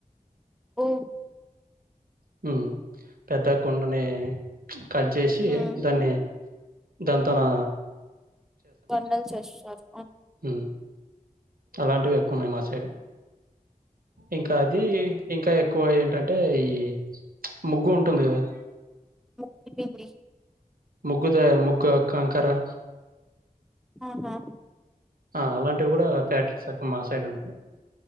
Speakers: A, in the centre; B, on the right.
A: ఓ
B: హు పెద్ద కొండని కట్ జోషి
A: హ్మ్
B: దాన్ని దాంతో నా
A: కొండల్ చేశర్
B: హు అలాంటివి ఎక్కువ ఉన్నయి మా సైడ్. ఇంకా అది ఇంకా ఎక్కువ ఏంటంటే ఈ ముగ్గు ఉంటుంది కదా
A: ము కు పిండి
B: ముగ్గుదాయ ముగ్గ కంకరా
A: ఆహా
B: ఆ అలాంటివి కూడ ఫ్యాక్టరీస్ అకు మా సైడ్ ఉంటది.